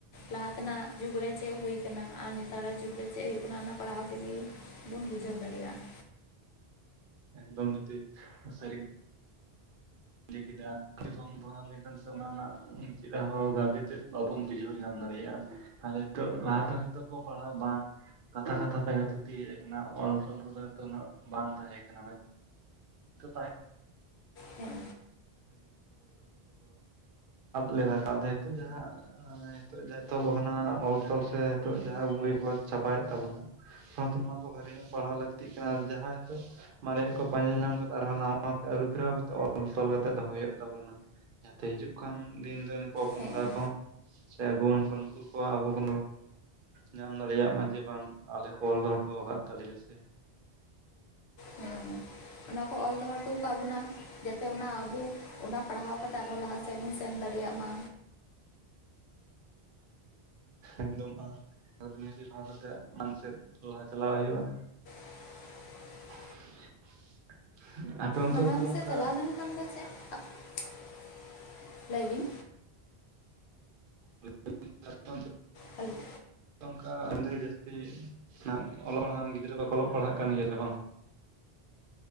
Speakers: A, on the left; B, on the right.
A: ᱞᱟᱦᱟ ᱛᱮᱱᱟᱜ ᱡᱩᱜᱽ ᱨᱮ ᱪᱮᱫ ᱦᱩᱭ ᱟᱱᱟᱱᱟ᱾ ᱟᱨ ᱱᱮᱛᱟᱨᱟᱜ ᱡᱩᱜᱽ ᱨᱮ ᱪᱮᱫ ᱦᱩᱭᱩᱜ ᱠᱟᱱᱟ ᱚᱱᱟ ᱯᱟᱲᱦᱟᱣ ᱛᱮᱜᱮ ᱵᱚᱱ ᱵᱩᱡᱷᱟᱹᱣ ᱫᱟᱲᱮᱭᱟᱜᱼᱟ᱾
B: ᱮᱠᱫᱚᱢ <unintelligible> ᱥᱟᱨᱤ ᱠᱮᱫᱟ <unintelligible> ᱯᱟᱲᱦᱟᱣ ᱞᱮᱱᱠᱷᱟᱱ ᱥᱮ ᱚᱱᱟ ᱨᱮᱱᱟᱜ ᱪᱮᱫᱦᱚᱸ ᱜᱟᱵᱮ ᱛᱮᱫ᱾ ᱵᱟᱵᱚᱱ ᱵᱩᱡᱷᱟᱹᱣ ᱧᱟᱢ ᱫᱟᱲᱮᱭᱟᱜᱼᱟ᱾ ᱟᱨ ᱱᱤᱛᱚᱜ ᱞᱟᱦᱟᱛᱮ ᱱᱤᱛᱚᱜ ᱠᱚ ᱯᱟᱲᱦᱟᱜ ᱢᱟ ᱠᱟᱛᱷᱟ ᱠᱟᱛᱷᱟ ᱛᱮᱜᱮ ᱛᱷᱩᱛᱤ ᱦᱮᱡ ᱟᱠᱟᱱᱟ ᱚᱞ ᱛᱚᱞ ᱨᱮᱫᱚᱭᱛᱳ ᱩᱱᱟᱹᱜ ᱵᱟᱝ ᱛᱟᱦᱮᱸ ᱠᱟᱱᱟ᱾ <unintelligible> ᱟᱫᱚ
A: ᱦᱮᱸ
B: ᱞᱮᱫᱟ ᱠᱚ ᱟᱫᱚ ᱱᱤᱛᱚᱜ ᱡᱟᱦᱟ ᱱᱤᱛᱚᱜ ᱡᱟᱦᱟ ᱮᱛᱚᱦᱚᱵᱚᱼᱠᱟᱱᱟ ᱚᱞ ᱛᱚᱞ ᱥᱮ ᱱᱤᱛᱚᱜ ᱡᱟᱦᱟᱸ ᱵᱳᱭ ᱠᱳ ᱪᱷᱟᱯᱟᱭᱮᱫ ᱛᱟᱵᱚᱱᱟ᱾ ᱥᱟᱶᱛᱚ ᱱᱚᱣᱟ ᱠᱚ ᱵᱷᱟᱜᱤ ᱧᱚᱜ ᱯᱟᱲᱦᱟᱣ ᱞᱟᱹᱠᱛᱤᱜ ᱠᱟᱱᱟ ᱟᱨ ᱡᱟᱦᱟᱸ ᱱᱤᱛᱚᱜ ᱢᱟᱨᱮ ᱠᱚ ᱯᱟᱸᱡᱟ ᱧᱟᱢ ᱠᱟᱛᱮ ᱟᱨᱦᱚᱸ ᱱᱟᱣᱟᱛᱮ ᱟᱹᱨᱩ ᱯᱷᱮᱨᱟᱣ ᱠᱟᱛᱮ ᱚᱞ ᱛᱚᱞ ᱠᱟᱛᱮ ᱫᱚᱦᱚᱭ ᱦᱩᱭᱩᱜ ᱛᱟᱵᱚᱱᱟ᱾ ᱡᱟᱛᱮ ᱦᱤᱡᱩᱜ ᱠᱟᱱ ᱫᱤᱱ ᱨᱮᱱ ᱯᱚᱼᱯᱚᱝᱲᱟ
A: ᱦᱮᱸ
B: ᱠᱚ᱾ ᱥᱮ ᱟᱹᱜᱩᱣᱟᱹᱱ ᱠᱚ ᱱᱩᱠᱩ ᱠᱚ ᱟᱵᱚ ᱠᱚ᱾ ᱧᱟᱢ ᱫᱟᱲᱮᱭᱟᱜ ᱢᱟ ᱡᱮ ᱵᱟᱝ ᱟᱞᱮ ᱠᱚ ᱚᱞ ᱫᱚᱦᱚ ᱦᱚᱴᱚ ᱟᱠᱟᱫ ᱛᱟᱞᱮᱭᱟ ᱥᱮ
A: ᱦᱮᱸ ᱚᱱᱟ ᱠᱚ ᱚᱞ ᱫᱚᱦᱚ ᱦᱚᱴᱚ ᱟᱠᱟᱫ ᱵᱚᱱᱟ᱾ ᱡᱟᱛᱮ ᱚᱱᱟ ᱟᱵᱚ ᱚᱱᱟ ᱯᱟᱲᱦᱟᱣ ᱠᱟᱛᱮ ᱟᱨᱦᱚᱸ ᱞᱟᱦᱟ ᱥᱮᱫ ᱵᱚᱱ ᱥᱮᱱ ᱫᱟᱲᱮᱭᱟᱜ ᱢᱟ᱾
B: ᱮᱠᱫᱚᱢᱚᱜᱼᱟ ᱟᱹᱱᱟᱹᱨᱤ ᱢᱟᱱᱟᱣ ᱠᱟᱛᱮ ᱢᱟᱲᱟᱝ ᱥᱮᱫ ᱞᱟᱦᱟ ᱪᱟᱞᱟᱣ ᱦᱩᱭᱩᱜᱼᱟ᱾
A: <inaudible>
B: <unintelligible>
A: ᱢᱟᱲᱟᱝ ᱥᱮᱫ
B: ᱚᱱᱠᱟ
A: ᱪᱟᱞᱟᱣ ᱞᱮᱱᱠᱷᱟᱱ ᱫᱚ ᱪᱮᱫ <unintelligible> ᱞᱟᱹᱭ ᱵᱤᱱ᱾
B: <unintelligible>
A: ᱦᱮᱞᱳ <unintelligible>
B: ᱱᱚᱝᱠᱟ ᱟᱰᱤ ᱡᱟᱹᱥᱛᱤ <unintelligible> ᱚᱞᱚ ᱦᱟᱸᱜ ᱜᱤᱫᱽᱨᱟᱹ ᱵᱟᱠᱚ ᱚᱞᱚᱜ ᱯᱟᱲᱦᱟᱜ ᱠᱟᱱ ᱜᱮᱭᱟ ᱥᱮ ᱵᱟᱝ?